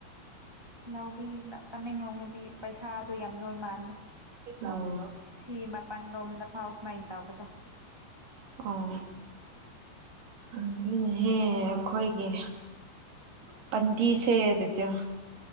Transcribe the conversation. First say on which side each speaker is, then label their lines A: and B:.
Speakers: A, on the right (about 30°); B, on the right (about 60°).
A: ꯂꯧꯕꯤ ꯇꯃꯦꯡꯂꯣꯡꯗꯥꯗꯤ ꯄꯩꯁꯥꯗꯣ ꯌꯥꯝ ꯗꯣꯏ ꯃꯥꯟꯗꯦ
B: ꯑꯣ <unintelligible>
A: ꯁꯤ ꯃꯄꯜ ꯔꯣꯝꯗ ꯐꯥꯎ ꯁꯨꯃꯥꯏ ꯇꯧꯕꯗ
B: ꯑꯣ ꯑꯗꯨꯅꯦꯍꯦ ꯑꯩꯈꯣꯏꯒꯤ ꯄꯟꯗꯤꯁꯦꯗ ꯆꯣ <unintelligible>